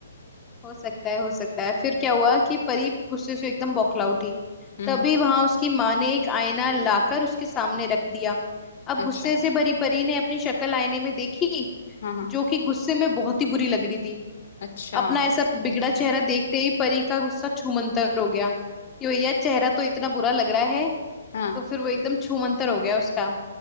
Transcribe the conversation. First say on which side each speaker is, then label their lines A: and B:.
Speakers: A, on the left; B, on the left.
A: हो सकता है हो सकता है फिर क्या हुआ कि परी गुस्से से एकदम बौखला उठी
B: हम्म
A: तभी
B: हम्म,
A: वहां उसकी माँ ने एक आईना लाकर उसके सामने रख दिया अब
B: अच्छा
A: गुस्से से भरी परी ने अपनी शक्ल आईने में देखी
B: हाँ हाँ
A: जो कि गुस्से में बहुत ही बुरी लग रही थी
B: अच्छा
A: अपना ऐसा बिगड़ा चेहरा देखते ही परी का गुस्सा छूमंतर हो गया कि भैया चेहरा तो इतना बुरा लग रहा है
B: हाँ
A: तो फिर वो एकदम छूमंतर हो गया उसका